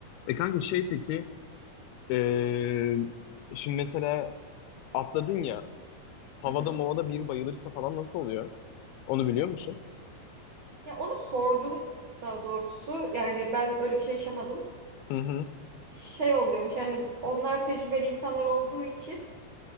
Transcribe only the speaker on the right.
Hı hı.
Ya onu sordum daha doğrusu. Yani ben öyle bir şey yaşamadım.
Şey oluyormuş yani onlar tecrübeli insanlar olduğu için